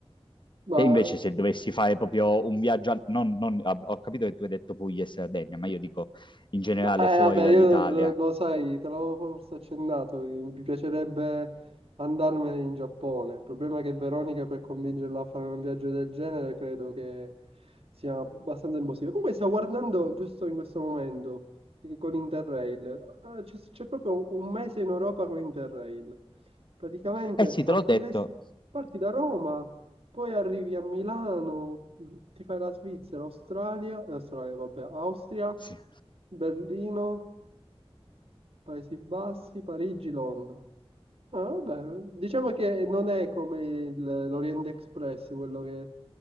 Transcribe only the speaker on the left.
Te invece se dovessi fare proprio un viaggio, al- non, non- ah, ho capito che tu hai detto Puglia e Sardegna, ma io dico in generale
fuori
dall'Italia.
Eh sì, te
l'ho detto.
Sì.